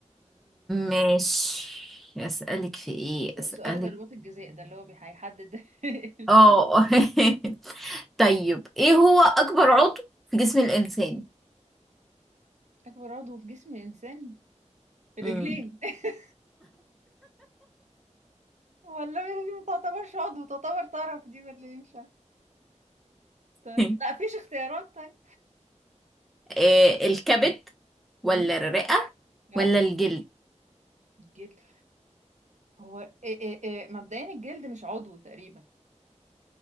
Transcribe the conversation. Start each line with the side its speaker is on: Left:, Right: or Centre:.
Centre: ماشي اسالك في ايه
Right: بس
Centre: اسالك
Right: سؤال ضربات الجزاء ده اللي هو بي- هيحدد <laughs>
Centre: اه <laughs> طيب ايه هو اكبر عضو في جسم الانسان
Right: اكبر عضو في جسم الانسان الرجلين
Centre: امم
Right: <laughs> والله دي ما تعتبرش عضو تعتبر طرف دي ولا ايه مش عارفة. طيب
Centre: <laughs>
Right: لا فيش اختيارات طيب
Centre: إيه الكبد ولا
Right: امم
Centre: الرئة
Right: اه
Centre: ولا الجلد
Right: الجلد هو إيه إيه إيه مبدئيا الجلد مش عضو تقريبا